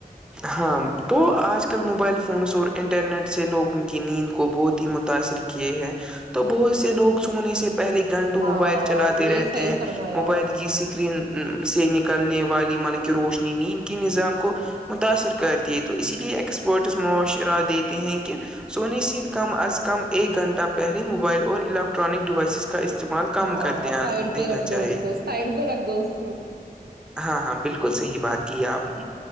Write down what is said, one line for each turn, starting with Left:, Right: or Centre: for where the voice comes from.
Centre: ہاں تو آج کل موبائل فونس اور انٹرنیٹ سے لوگوں کی نیند کو بہت ہی متاثر کیے ہیں تو بہت سے لوگ سونے سے پہلے گھنٹوں
Right: ہاں
Centre: موبائل چلاتے
Right: یہ
Centre: رہتے
Right: صحیح
Centre: ہیں
Right: فرمایا
Centre: موبائل
Right: آپ نے
Centre: کی سکرین
Right: ہ
Centre: سے نکلنے والی ملک کی روشنی نیند کی نظام کو متاثر کرتی ہے تو اسی لیے ایکسپرٹس معاشرہ دیتے ہیں کہ سونی سے کم از کم ایک گھنٹہ پہلے موبائل اور الیکٹرانک ڈیوائسز اس کا استعمال کم
Right: ہاں
Centre: کر دیا
Right: سائڈ پہ
Centre: دینا
Right: رکھ
Centre: چاہیے
Right: دو اس کو سائڈ پہ رکھ دو اس کو
Centre: ہاں ہاں بالکل صحیح بات کی آپ نے